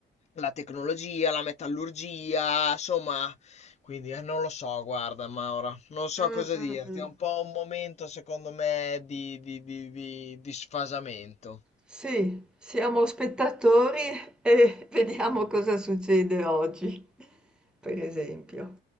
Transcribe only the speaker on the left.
la tecnologia, la metallurgia, insomma, quindi eh, non lo so, guarda Maura, non so
cosa
dirti,
è un po' un momento secondo me di, di- di- di- di sfasamento.